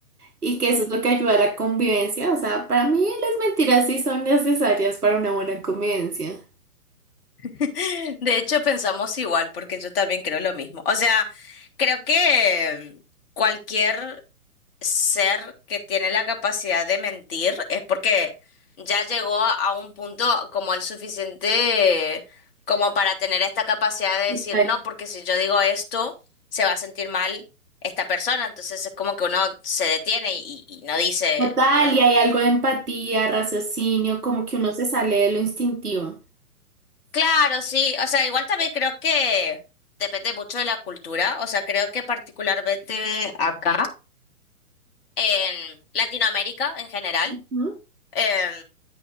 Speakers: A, on the right; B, on the left.
A: y
B: ujú.
A: que eso es lo que ayuda a la convivencia. O sea, para mí las mentiras sí son necesarias para una buena convivencia.
B: <laughs> De hecho, pensamos igual, porque yo también creo lo mismo. O sea, creo que cualquier ser que tiene la capacidad de mentir es porque ya llegó a a un punto como el suficiente como para tener esta capacidad de
A: Total,
B: decir no, porque si yo digo esto, se va a sentir mal esta persona. Entonces es como que uno se detiene y, y no dice,
A: Total,
B: no,
A: y hay algo de empatía, raciocinio, como que uno se sale de lo instintivo.
B: Claro, sí. O sea, igual también creo que depende mucho de la cultura. O sea, creo que particularmente acá, en Latinoamérica en general.
A: Ujú.
B: em,